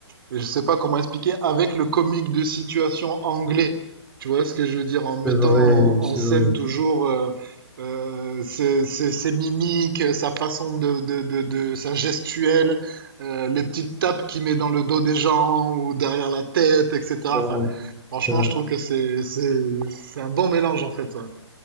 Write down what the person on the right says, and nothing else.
je sais pas comment expliquer, avec le comique de situation anglais. Tu vois ce que je veux dire, en mettant
en,
en scène
toujours euh, euh, ses, ses- ses mimiques, sa façon de, de, de, de- sa gestuelle, euh, les petites tapes qu'il met dans le dos des gens ou derrière la tête, etc.
Enfin, franchement,
je trouve que c'est, c'est, c'est un bon mélange en fait. ça.